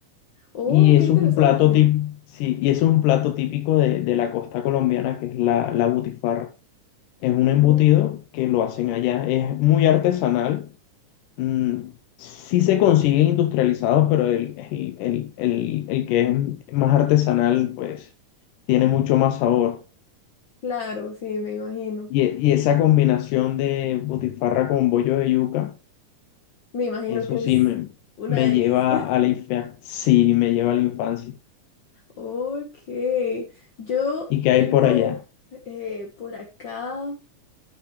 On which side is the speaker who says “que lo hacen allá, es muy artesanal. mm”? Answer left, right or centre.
Left